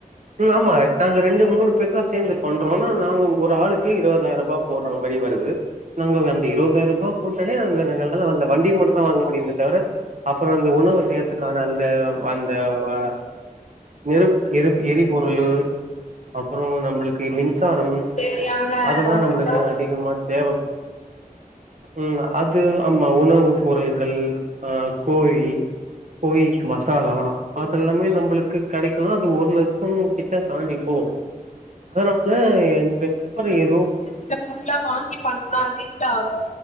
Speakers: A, on the right (about 55°); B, on the left (about 50°).
A: ம் ஆமா நாங்க ரெண்டு மூணு பேரு தா சேந்து பண்றோ ஆனா நாங்க ஒரு ஆளுக்கு இருபதாயிர்பா போட்ற மாரி வருது நாங்க அந்த இருபதாயிர் ரூபா போட்டாலே <unintelligible> நாங்க அந்த வண்டி மட்டு தா வாங்க முடியுமே தவர அப்பறோ அந்த உணவு செய்யறதுக்கான அந்த அந்த அ நெருப் எரிப் ஏரி எரிபொருள்ளு அப்பறோ நம்மளுக்கு மின்சாரம்
B: தேவையான
A: அதெல்லா நம்ளுக்கு
B: உணவு
A: அதிகமா தேவைப் ம் அது ஆமா உணவு பொருள்கள் அ கோழி கோழிக் மசாலா அதெல்லாமே நம்மளுக்கு கடைக்கும்னா அது ஒரு லட்ச கிட்ட தாண்டிப்போவு அதனால என்னுடைய நண்பர் எதுவு
B: சில பொருள வாங்கி பண்ணா அது எவ்ளோ ஆகு